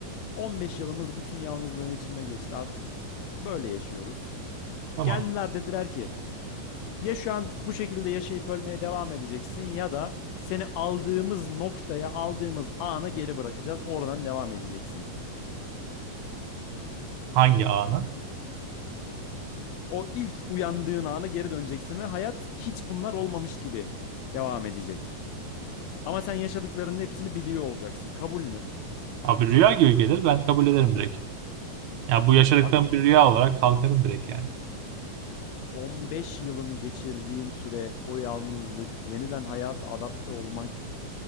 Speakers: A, on the left (about 85°); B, on the right (about 70°).
A: 15 yılımız bütün yalnızlığın içinde geçti. Artık böyle yaşıyoruz.
B: Tamam.
A: Geldiler dediler ki Ya şu an bu şekilde yaşayıp ölmeye devam edeceksin ya da seni aldığımız noktaya, aldığımız ana geri bırakacağız. Oradan devam edeceksin.
B: Hangi anı?
A: O ilk uyandığın ana geri döneceksin ve hayat hiç bunlar olmamış gibi devam edecek. Ama sen yaşadıklarının hepsini biliyor olacaksın. Kabul mü?
B: Abi rüya gibi gelir. Ben kabul ederim direkt. Ya bu yaşadıklarım
A: Abi
B: bir rüya olarak kalkarım direkt yani.
A: 15 yılını geçirdiğin süre, o yalnızlık, yeniden hayata adapte olmak